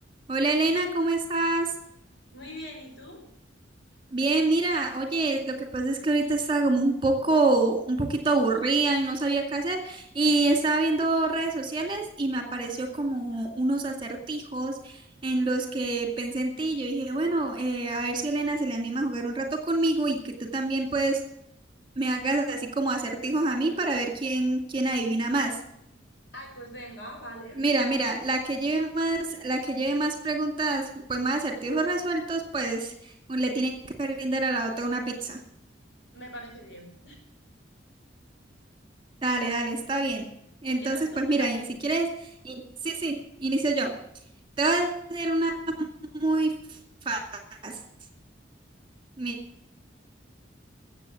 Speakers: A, on the right; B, on the left.
A: Hola Elena, ¿cómo estás?
B: Muy bien, ¿y tú?
A: Bien, mira, oye, lo que pasa es que ahorita estaba como un poco, un poquito aburrida y no sabía qué hacer y estaba viendo redes sociales y me apareció como unos acertijos en los que pensé en ti. Yo dije, bueno, eh, a ver si Elena se le anima a jugar un rato conmigo y que tú también pues me hagas así como acertijos a mí para ver quién, quién adivina más.
B: Ay, pues venga, vale.
A: Mira, mira, la que lleve más, la que lleve más preguntas, pues más acertijos resueltos, pues le tiene que brindar a la otra una pizza.
B: Me parece bien.
A: Dale,
B: Bueno,
A: dale, está bien. Entonces,
B: ¿Empiezas tú,
A: pues
B: te
A: mira,
B: parece?
A: y si quieres, in- sí, sí, inicio yo. Te voy a hacer una muy fácil. Mira,